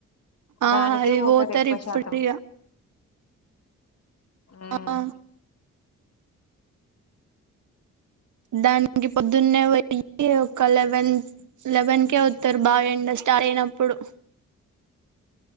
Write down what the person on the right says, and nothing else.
ఆ
అది
ఇప్పుడు
ఇగ
ఆ దానికి పొద్దున్నే వొయ్యి ఒక లెవెన్ లెవెన్ కె వొత్తారు బాగా ఎండ స్టా ర్ట్ అయినప్పుడు